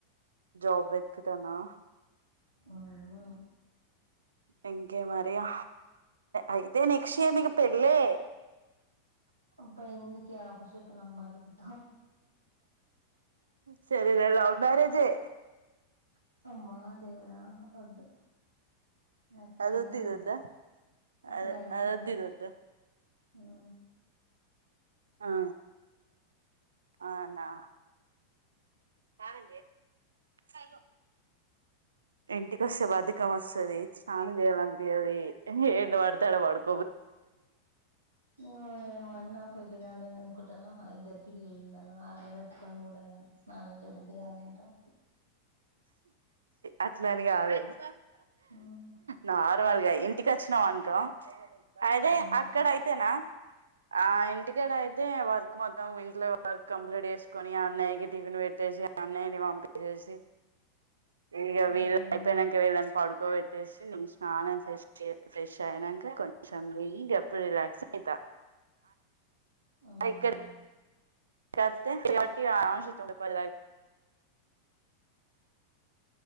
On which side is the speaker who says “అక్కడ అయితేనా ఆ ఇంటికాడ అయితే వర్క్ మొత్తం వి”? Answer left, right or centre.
Right